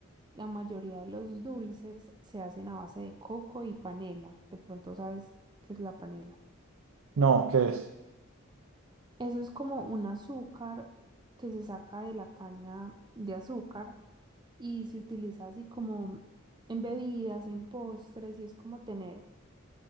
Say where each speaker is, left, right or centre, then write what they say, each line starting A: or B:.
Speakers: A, on the right; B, on the right.
A: la mayoría de los dulces se hacen a base de coco y panela. De pronto sabes qué es la panela.
B: No, ¿qué es?
A: Eso es como un azúcar que se saca de la caña de azúcar y se utiliza así como en bebidas, en postres, y es como tener